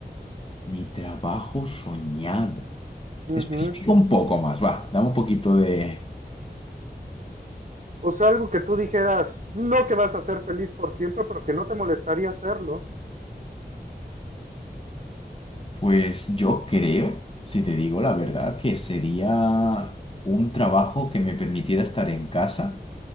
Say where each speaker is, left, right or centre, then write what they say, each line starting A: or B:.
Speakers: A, on the left; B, on the right.
A: Mi trabajo soñado.
B: Ujú.
A: Especifica un poco más, va, dame un poquito de...
B: O sea, algo que tú dijeras, no que vas a ser feliz por siempre, pero que no te molestaría hacerlo.
A: Pues yo creo, si te digo la verdad, que sería un trabajo que me permitiera estar en casa